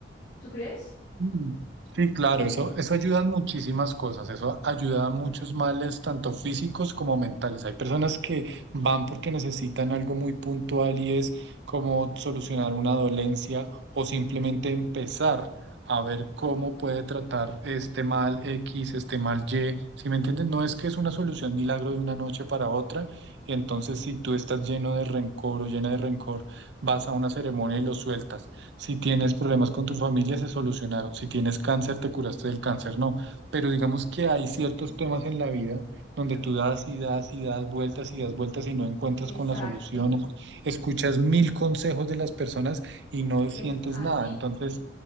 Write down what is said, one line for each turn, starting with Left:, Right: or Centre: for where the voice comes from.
Left: ¿Tú crees?
Right: Mm, Sí, claro, eso, eso ayuda en muchísimas cosas, eso ayuda a muchos males, tanto físicos como mentales. Hay personas que van porque necesitan algo muy puntual y es como solucionar una dolencia o simplemente empezar a ver cómo puede tratar este mal X, este mal Y. Si me entienden, no es que es una solución milagro de una noche para otra. Entonces, si tú estás lleno de rencor o llena de rencor, vas a una ceremonia y lo sueltas. Si tienes problemas con tu familia, se solucionaron. Si tienes cáncer, te curaste del cáncer, no. Pero digamos que hay ciertos
Left: Ok.
Right: temas en la vida donde tú das y das y das vueltas y das vueltas y no encuentras
Left: Exacto,
Right: con las soluciones. Escuchas mil consejos de las personas y no
Left: es
Right: sientes
Left: así.
Right: nada. Entonces,